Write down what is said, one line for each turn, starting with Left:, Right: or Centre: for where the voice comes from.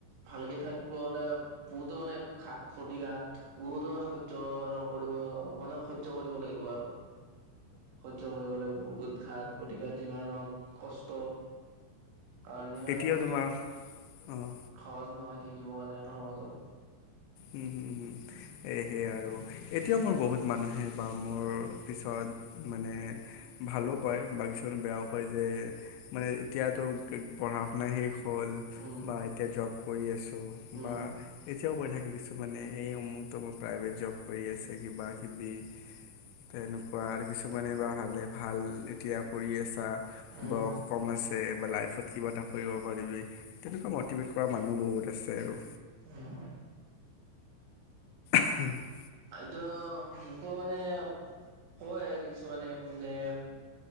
Right: ভালকে থাকিবলে হ'লে বহুতো মানে ঘাট- প্ৰতিঘাট বহুতো মানে সহ্য আৰু কৰিব মানে সহ্য কৰিব লাগিব আৰু সহ্য কৰিব লাগিব বহুত ঘাট প্ৰতিঘাট যিমান হওঁক কষ্ট কাৰণ ইমানটো
Left: এতিয়াও তোমাৰ অ
Right: সহজ নহয় থাকিব কাৰণে এখন সমাজত।
Left: উম, উম, উম, এই সেই আৰু এতিয়াও মোৰ বহুত মানুহে বা মোৰ পিছত মানে ভালক কয় বা কিছুমান বেয়াও কয় যে মানে এতিয়াতো পঢ়া শুনা শেষ হ'ল
Right: উম
Left: বা এতিয়া জব কৰি আছো
Right: উম
Left: বা কিয় কৈ থাকে কি কিছুমানে এই অমুক - তমোক প্ৰাইভেট জব কৰি আছে কিবা কিবি। তেনেকুৱা আৰু কিছুমানে বা ভালে ভাল এতিয়া কৰি আছা।
Right: উম
Left: বয়স কম আছে এবা লাইভ কিবা এটা কৰিব <unintelligible> তেনেকুৱা মিভেট কৰা মানুহ বহুত আছে আৰু
Right: উ <inaudible>
Left: হম <inaudible>
Right: এইটো মোকো মানে কয় আৰু কিছুমানে যে